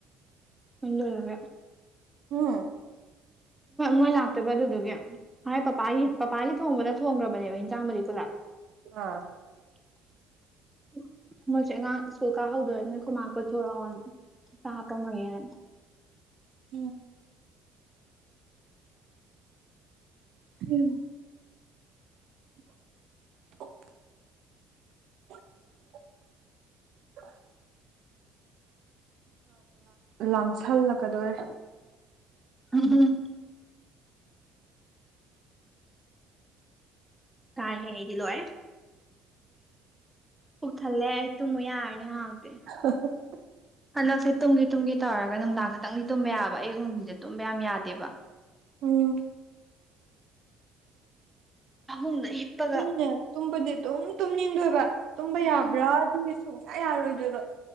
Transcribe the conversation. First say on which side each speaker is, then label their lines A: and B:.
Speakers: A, in the centre; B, on the right.
A: ꯃ ꯂꯩꯒ
B: ꯍꯝ
A: ꯃꯣꯏ ꯂꯥꯛꯇꯣꯏꯕ ꯑꯗꯨꯗꯨꯒꯤ ꯍꯥꯏꯥꯏ ꯄꯄꯥꯒꯤ ꯄꯄꯥꯒꯤ ꯊꯣꯡꯕꯗ ꯊꯣꯡꯈ꯭ꯔꯕꯅꯦꯕ ꯍꯟꯖꯥꯡꯕꯨꯗꯤ ꯄꯨꯂꯞ
B: ꯑꯥ
A: <unintelligible> ꯃꯣꯏꯁꯦ ꯑꯉꯥꯡ ꯁꯀꯨꯜ ꯀꯥꯍꯧꯗꯣꯏꯅꯤꯅ ꯀꯃꯥꯛ ꯀꯣꯏꯊꯣꯔꯛꯑꯣ ꯍꯥꯞꯄꯝꯃꯣꯏꯌꯦꯦ
B: ꯎꯝ ꯎꯝ <inaudible> <inaudible> ꯂꯥꯝꯁꯜꯂꯛꯀꯗꯣꯔꯦ
A: ꯎꯝ ꯍꯝ ꯀꯥꯏꯗꯤꯂꯣꯑ ꯎ ꯊꯜꯂꯦ ꯍꯥꯏ ꯇꯨ ꯃꯣꯏ ꯍꯥꯏꯔꯅꯤ ꯍꯥꯎꯗꯦ
B: <unintelligible>
A: ꯍꯟꯗꯛꯁꯦ ꯇꯨꯝꯒꯤ ꯇꯨꯝꯒꯤ ꯇꯧꯔꯒ ꯅꯨꯡꯗꯥꯡ ꯈꯛꯇꯪꯗꯤ ꯇꯨꯝꯕ ꯌꯥꯕ ꯑꯌꯨꯛ ꯅꯨꯡꯊꯤꯟꯗꯤ ꯇꯨꯝꯕ ꯌꯥꯝ ꯌꯥꯗꯦꯕ
B: ꯑꯣ
A: ꯐꯃꯨꯡꯗ ꯍꯤꯞꯄꯒ
B: ꯑꯩꯅꯅꯦ ꯇꯨꯝꯕꯗꯤ ꯑꯗꯨꯝ ꯇꯨꯝꯅꯤꯡꯗꯣꯏꯕ ꯇꯨꯝꯕ ꯌꯥꯕ꯭ꯔꯥ
A: ꯎꯝ
B: ꯑꯗꯨ ꯨꯡꯖ ꯌꯥꯔꯣꯏꯗꯣꯏꯗꯣ